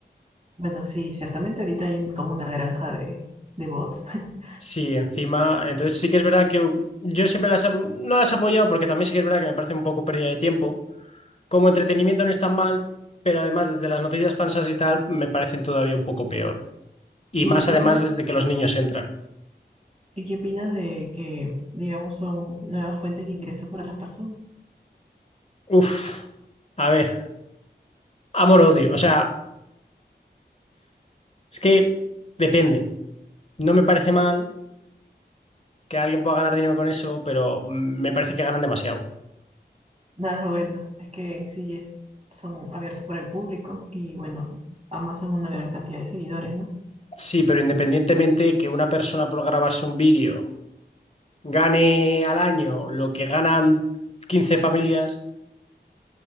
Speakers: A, on the right; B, on the left.
A: Bueno, sí, ciertamente ahorita hay como una granja de, de bots. <laughs>
B: Sí, encima, entonces sí que es verdad que yo siempre las, no las he apoyado porque también sí que es verdad que me parece un poco pérdida de tiempo. Como entretenimiento no es tan mal, pero además desde las noticias falsas y tal me parecen todavía un poco peor. Y
A: ¿Y
B: más
A: qué
B: además
A: opinas?
B: desde que los niños entran.
A: ¿Y qué opinas de que, digamos, son nuevas fuentes de ingreso para las personas?
B: Uf, a ver, amor-odio. O sea, es que depende. No me parece mal que alguien pueda ganar dinero con eso, pero me parece que ganan demasiado.
A: Nada bueno, es que en sí es, son abiertos para el público y bueno, amasan una gran cantidad de seguidores, ¿no?
B: Sí, pero independientemente que una persona por grabarse un vídeo gane al año lo que ganan 15 familias,